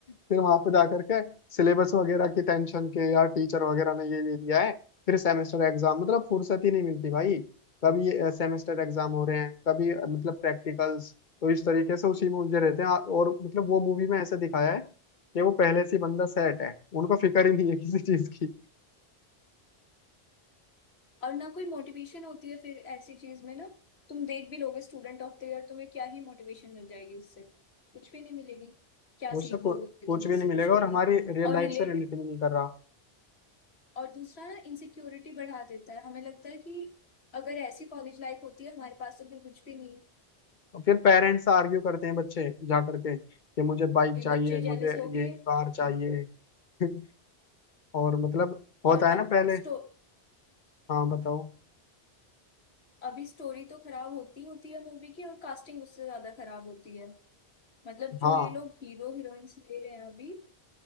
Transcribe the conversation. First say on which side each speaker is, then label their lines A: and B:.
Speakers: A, on the left; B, on the left.
A: फिर वहां पे जाकर के सिलेबस वगैरह की टेंशन के यार टीचर वगैरह ने ये ये दिया है फिर सेमेस्टर एग्जाम मतलब फुर्सत ही नहीं मिलती भाई कभी सेमेस्टर एग्जाम हो रहे हैं कभी अ, मतलब प्रैक्टिकल्स तो इस तरीके से उसी में उलझे रहते हैं और मतलब वो मूवी में ऐसे दिखाया है कि वो पहले से ही बंदा सेट है उनको फिक्र ही नहीं है <laughs> किसी चीज की
B: और ना कोई मोटिवेशन होती है फिर ऐसी चीज में ना तुम देख भी लोगे स्टूडेंट ऑफ द ईयर तुम्हें क्या ही मोटिवेशन मिल जाएगी उससे कुछ भी नहीं मिलेगी क्या
A: उससे
B: सीख
A: कु-
B: लोगे
A: कुछ
B: तुम
A: भी
B: उससे
A: नहीं मिलेगा
B: कुछ भी
A: और
B: नहीं
A: हमारी रियल
B: और
A: लाइफ
B: रिलेट
A: से रिलेट भी नहीं कर रहा
B: और दूसरा ना इनसिक्योरिटी बढ़ा देता है हमें लगता है कि अगर ऐसी कॉलेज लाइफ होती है हमारे पास तो फिर कुछ भी नहीं है
A: और फिर पेरेंट्स से आर्ग्यू करते हैं बच्चे जा करके कि मुझे बाइक
B: ये
A: चाहिए
B: बच्चे
A: मुझे
B: जेलस होके
A: ये
B: हम्म,
A: कार चाहिए <laughs> और
B: हम्म।
A: मतलब होता
B: और अब
A: है ना पहले
B: स्टो
A: हाँ बताओ
B: अभी स्टोरी तो खराब होती होती है मूवी की और कास्टिंग उससे ज्यादा खराब होती है मतलब जो
A: हाँ
B: ये लोग हीरो हीरोइंस ले रहे हैं अभी